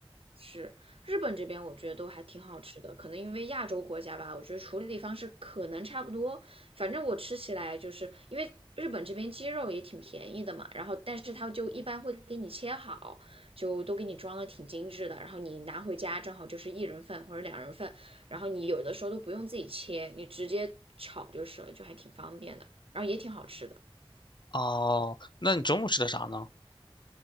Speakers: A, on the right (about 75°); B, on the left (about 50°).
A: 是，日本这边我觉得都还挺好吃的，可能因为亚洲国家吧，我觉得处理方式可能差不多。反正我吃起来就是因为日本这边鸡肉也挺便宜的嘛，然后但是它就一般会给你切好，就都给你装的挺精致的，然后你拿回家正好就是一人份或者两人份，然后你有的时候都不用自己切，你直接炒就是了，就还挺方便的，然后也挺好吃的。
B: 哦，那你中午吃的啥呢？